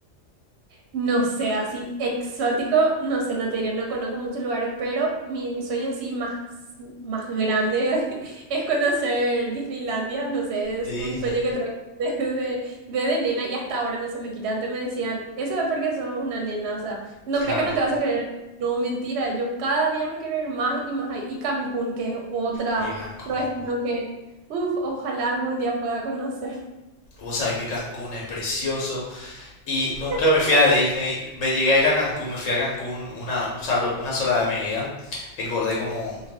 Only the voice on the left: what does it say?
Disney,
claro.
Eh, Cancún.
Vos sabés que Cancún es precioso. Y nunca
me fui a Disney. Me llegué a ir a Cancún, me fui a Cancún una, o sea, lo- una sola vez en mi vida. Engordé como,